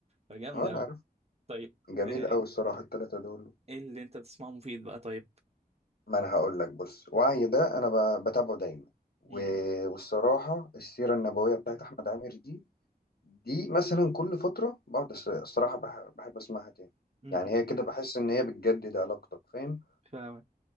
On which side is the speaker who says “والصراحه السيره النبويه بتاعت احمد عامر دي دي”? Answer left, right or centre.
Left